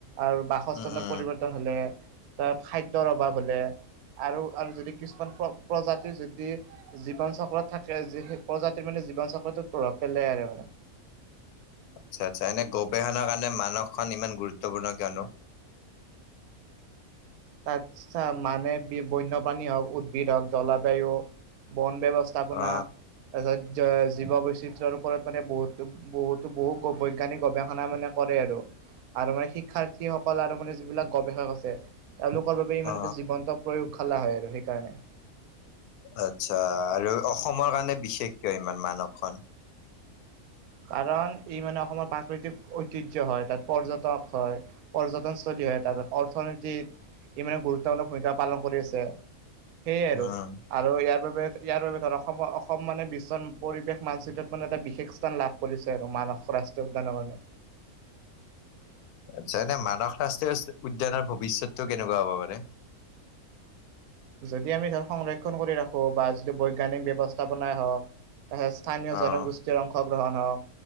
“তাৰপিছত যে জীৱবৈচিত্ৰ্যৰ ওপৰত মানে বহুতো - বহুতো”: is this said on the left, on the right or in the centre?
Right